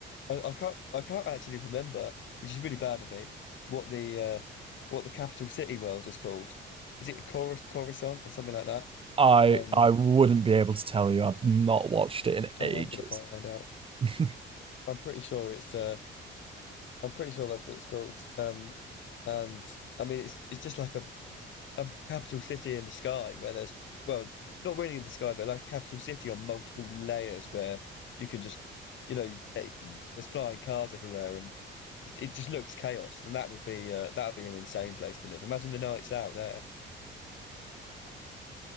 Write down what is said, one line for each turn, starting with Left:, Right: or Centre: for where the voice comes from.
Left: I, I can't I can't actually remember, which is really bad of me, what the uh, what the capital city world is called. Is it Corus Coruscant or something like that?
Right: I
Left: Um,
Right: I wouldn't be able to tell you. I've not watched it in
Left: oh,
Right: ages.
Left: I'm gonna find out.
Right: <laughs>
Left: I'm pretty sure it's uh, I'm pretty sure that's what it's called. Um, and I mean it's it's just like a, a capital city in the sky where there's well not really in the sky but like a capital city on multiple layers where you can just you know eh, there's flying cars everywhere and It, it just looked chaos, and that would be uh, that would be an insane place to live. Imagine the nights out there.